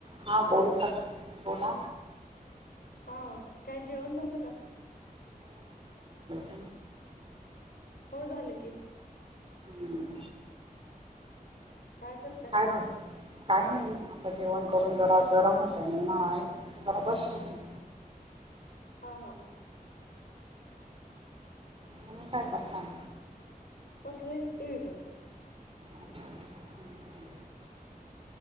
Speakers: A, on the right (about 35°); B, on the left (about 80°).
A: हा बोल सखी बोला
B: हा काय जेवण झालं का?
A: झालं
B: हो झालं की
A: हम्म
B: काय करताय?
A: काय बघ काही नाही आता जेवण करून जरा गरम होतय नी माय जरा बसते
B: हा
A: की
B: हा हा हा.
A: तुम्ही सैपाक काय
B: बसले टीवी बघत
A: अच्छा अच्छा हम्म,